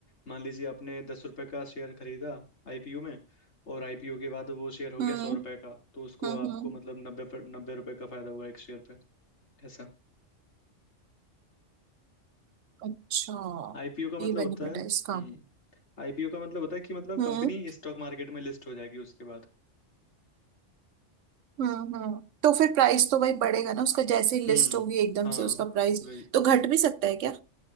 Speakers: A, on the left (about 65°); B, on the right (about 80°).
A: मान लीजिए आपने दस रुपए का शेयर खरीदा आईपीओ में और आईपीओ के बाद वो शेयर हो गया
B: हम्म
A: सौ रुपए का तो
B: हम्म
A: उसको आपको
B: हम्म,
A: मतलब नब्बे पर नब्बे रुपए का फायदा हुआ एक शेयर पे ऐसा
B: अच्छा
A: आईपीओ का मतलब
B: ये बेनिफिट
A: होता है हम्म
B: है इसका
A: आईपीओ का मतलब होता है कि मतलब
B: हम्म
A: कंपनी स्टॉक मार्केट में लिस्ट हो जाएगी उसके बाद
B: हम्म हम्म तो फिर प्राइस तो वही बढ़ेगा ना उसका जैसे ही
A: हम्म
B: लिस्ट होगी एकदम
A: हाँ
B: से उसका प्राइस
A: वही
B: तो घट भी सकता है क्या